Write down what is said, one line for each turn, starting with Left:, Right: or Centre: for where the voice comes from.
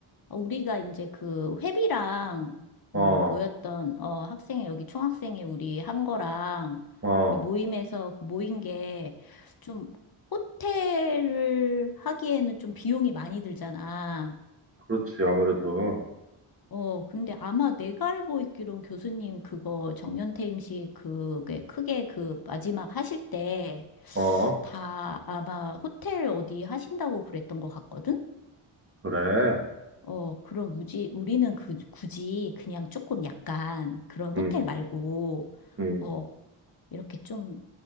Left: 우리가 이제 그 회비랑 그
Right: 어,
Left: 모였던, 어, 학생회, 여기 총학생회 우리 한 거랑
Right: 어,
Left: 우리 모임에서 그 모인 게 좀 호텔을 하기에는 좀 비용이 많이 들잖아.
Right: 그렇지. 아무래도.
Left: 어, 근데 아마 내가 알고 있기론 교수님 그거 정년퇴임식 그게 크게 그 마지막 하실 때
Right: 어,
Left: 다 아마 호텔 어디 하신다고 그랬던 것 같거든?
Right: 그래.
Left: 어, 그럼 우지, 우리는 그, 굳이 그냥 조금 약간 그런
Right: 음,
Left: 호텔 말고,
Right: 음.
Left: 어, 이렇게 좀